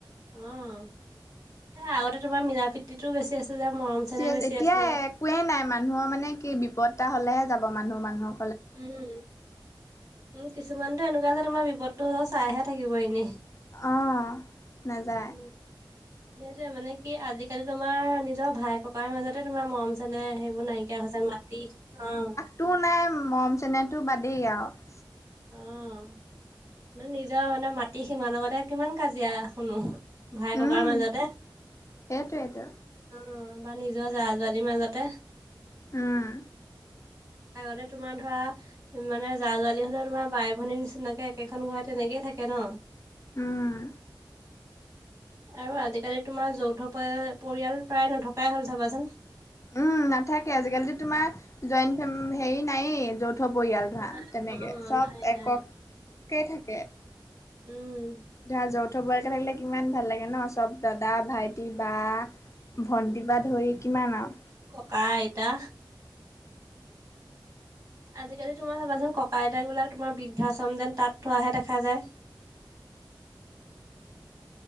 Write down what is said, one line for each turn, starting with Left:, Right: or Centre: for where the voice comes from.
Right: অঁ' এ আগতে তোমাৰ মিলা প্ৰীতিটো বেছি আছিলে, মৰম চেনেহ
Left: আছে
Right: বেছি
Left: এতিয়া
Right: আছিল।
Left: একোৱেই নাই, মানুহৰ মানে কি বিপদ এটা হ'লেহে যাব মানুহ মানুহৰ
Right: উমঁ, উমঁ কিছুমানতো এনেকুৱা যে তোমাৰ বিপদটো হ'লেও চাইহে থাকিব এনেই।
Left: অঁহ', নাযায়।
Right: উম। সেইটোৱে মানে কি আজিকালি তোমাৰ নিজৰ ভাই ককাৰ মাজতে তোমাৰ মৰম- যেনে সেইবোৰ নাইকিয়া হৈছে মাটি, অঁ।
Left: টো নাই মৰম চেনেহটো বাদেই আৰু।
Right: অঁহ', মানে নিজৰ মানে মাটি সিমান লগতে কিমান কাজিয়া শুনো। ভাই, ককাইৰ
Left: উম
Right: মাজতে।
Left: সেইটোৱেইটো
Right: উমঁ, নিজৰ জাহ-জলীৰ মাজতে।
Left: উম।
Right: আগতে তোমাৰ ধৰা মানে জা জালি হ'লে- তোমাৰ বাই, ভনীৰ নিচিনাকে একেখন ঘৰত তেনেকয়ে থাকে ন।
Left: উমঁ।
Right: আৰু আজিকালি তোমাৰ যৌথ পৰিয়াল প্ৰায় নথকাই হ'ল চাবাচোন।
Left: উমঁ নাথাকে। আজিকালিতো তোমাৰ জইণ্টে হেৰি নায়েই য'ত- যৌথ পৰিয়ালত ধৰা
Right: নাই
Left: তেনেকৈ
Right: অ',
Left: চব
Right: নাই
Left: এককে
Right: নাই।
Left: থাকে।
Right: উম।
Left: ধৰা যৌথ পৰিয়ালকে থাকিলে কিমান ভাল লাগে ন চব দাদা, ভাইটি, বা- ভণ্টি বা ধৰি কিমান আৰু।
Right: ককা, আইতা। আজিকালি তোমাৰ চাবাচোন ককা-আইতাবিলাক তোমাৰ বৃদ্ধাশ্ৰম যেন তা'ত থোৱাহে দেখা যায়।